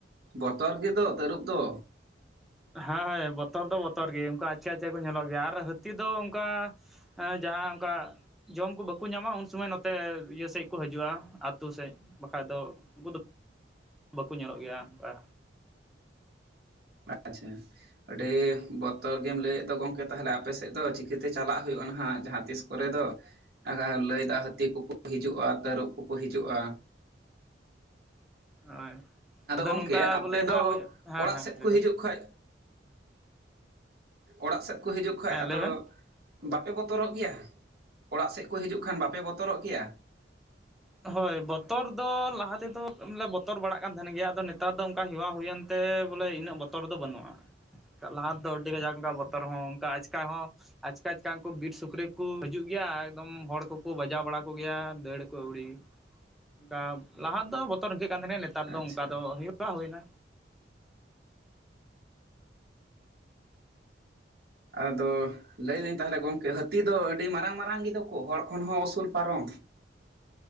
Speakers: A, on the right; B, in the centre.
A: ᱵᱚᱛᱚᱨ ᱜᱮᱫᱚ ᱛᱟᱹᱨᱩᱵ ᱫᱚ᱾
B: ᱦᱮᱸ ᱦᱳᱭ ᱵᱚᱛᱚᱨ ᱫᱚ ᱵᱚᱛᱚᱨ ᱜᱮ ᱚᱱᱠᱟ ᱟᱪᱪᱮ ᱟᱪᱪᱮ ᱠᱚ ᱧᱮᱞᱚᱜ ᱜᱮᱭᱟ ᱟᱨ ᱦᱟᱹᱛᱤ ᱫᱚ ᱚᱱᱠᱟ ᱦᱮᱸ ᱡᱟᱦᱟᱸ ᱚᱱᱠᱟ ᱡᱚᱢ ᱠᱚ ᱵᱟᱠᱚ ᱧᱟᱢᱟ ᱩᱱ ᱥᱚᱢᱚᱭ ᱱᱚᱛᱮ ᱤᱭᱟᱹ ᱥᱮᱫ ᱠᱚ ᱦᱤᱡᱩᱜᱼᱟ ᱟᱹᱛᱩ ᱥᱮᱫ ᱵᱟᱠᱷᱟᱡ ᱫᱚ ᱩᱱᱠᱩ ᱫᱚ ᱵᱟᱠᱚ ᱧᱮᱞᱚᱜ ᱜᱮᱭᱟ ᱚᱱᱠᱟ᱾
A: ᱟᱪᱪᱷᱟ᱾ ᱟᱹᱰᱤ ᱵᱚᱛᱚᱨ ᱜᱮᱢ ᱞᱟᱹᱭᱮᱫ ᱫᱚ ᱜᱚᱝᱠᱮ ᱛᱟᱦᱚᱞᱮ ᱟᱯᱮ ᱥᱮᱫ ᱫᱚ ᱪᱤᱠᱟᱹᱛᱮ ᱪᱟᱞᱟᱜ ᱦᱩᱭᱩᱜᱼᱟ ᱱᱟᱦᱟᱸᱜ ᱡᱟᱦᱟᱸ ᱛᱤᱥ ᱠᱚᱨᱮ ᱫᱚ᱾ ᱟᱠᱷᱟ ᱞᱟᱹᱭᱫᱟ ᱦᱟᱹᱛᱤ ᱠᱚᱠᱚ ᱦᱤᱡᱩᱜᱼᱟ ᱛᱟᱹᱨᱩᱵ ᱠᱚᱠᱚ ᱦᱤᱡᱩᱜᱼᱟ᱾
B: ᱦᱳᱭ ᱟᱫᱚ
A: ᱜᱚᱝᱠᱮ
B: ᱱᱚᱝᱠᱟ
A: ᱟᱯᱮ
B: ᱵᱚᱞᱮ <inaudible> ᱦᱩᱭᱩᱜ-ᱟ
A: ᱫᱚ ᱚᱲᱟᱜ
B: ᱦᱮᱸ
A: ᱥᱮᱫ
B: ᱦᱮᱸ᱾
A: ᱠᱚ ᱦᱤᱡᱩᱜ ᱠᱷᱚᱡ ᱚᱲᱟᱜ ᱥᱮᱫ ᱠᱚ ᱦᱤᱡᱩᱜ ᱠᱷᱟᱱ
B: ᱦᱮᱸ
A: ᱟᱫᱚ
B: ᱞᱟᱹᱭ ᱵᱮᱱ
A: ᱵᱟᱯᱮ ᱵᱚᱛᱚᱨᱚᱜ ᱜᱮᱭᱟ? ᱚᱲᱟᱜ ᱥᱮᱫ ᱠᱚ ᱦᱤᱡᱩᱜ ᱠᱷᱟᱱ ᱵᱟᱯᱮ ᱵᱚᱛᱚᱨᱚᱜ ᱜᱮᱭᱟ?
B: ᱦᱳᱭ ᱵᱚᱛᱚᱨ ᱫᱚ ᱞᱟᱦᱟ ᱛᱮᱫᱚ ᱞᱮ ᱵᱚᱛᱚᱨ ᱵᱟᱲᱟᱜ ᱠᱟᱱ ᱛᱟᱦᱮᱱ ᱜᱮᱭᱟ ᱟᱫᱚ ᱱᱮᱛᱟᱨ ᱫᱚ ᱚᱱᱠᱟ ᱦᱮᱣᱟ ᱦᱩᱭᱮᱱ ᱛᱮ ᱵᱚᱞᱮ ᱤᱱᱟᱹᱜ ᱵᱚᱛᱚᱨ ᱫᱚ ᱵᱟᱹᱱᱩᱜᱼᱟ, ᱞᱟᱦᱟ ᱫᱚ ᱟᱹᱰᱤ ᱠᱟᱡᱟᱠ ᱚᱱᱠᱟ ᱵᱚᱛᱚᱨ ᱦᱚᱸ ᱚᱱᱠᱟ ᱟᱪᱠᱟ ᱦᱚᱸ ᱟᱪᱠᱟ ᱟᱪᱠᱟ ᱩᱱᱠᱩ ᱵᱤᱨ ᱥᱩᱠᱨᱤ ᱠᱚ ᱦᱤᱡᱩᱜ ᱜᱮᱭᱟ ᱟᱨ ᱮᱠᱫᱚᱢ ᱦᱚᱲ ᱠᱚᱠᱚ ᱵᱟᱡᱟᱣ ᱵᱟᱲᱟ ᱠᱚᱜᱮᱭᱟ ᱫᱟᱹᱲ ᱟᱹᱣᱲᱤ, ᱚᱱᱠᱟ ᱞᱟᱦᱟ ᱫᱚ ᱵᱚᱛᱚᱨ ᱤᱠᱟᱹᱜ ᱠᱟᱱ ᱛᱟᱦᱮᱸ ᱱᱮᱛᱟᱨ ᱫᱚ
A: ᱟᱪᱪᱷᱟ
B: ᱚᱱᱠᱟ ᱫᱚ ᱦᱩᱭᱩᱜ ᱠᱟ ᱦᱩᱭᱮᱱᱟ᱾
A: ᱟᱫᱚ ᱞᱟᱹᱭ ᱫᱟᱹᱧ ᱛᱟᱦᱚᱞᱮ ᱜᱚᱝᱠᱮ ᱦᱟᱹᱛᱤ ᱫᱚ ᱟᱹᱰᱤ ᱢᱟᱨᱟᱝ ᱢᱟᱨᱟᱝ ᱜᱮᱫᱚ ᱠᱚ ᱦᱚᱲ ᱠᱷᱚᱱ ᱦᱚᱸ ᱩᱥᱩᱞ ᱯᱟᱨᱚᱢ᱾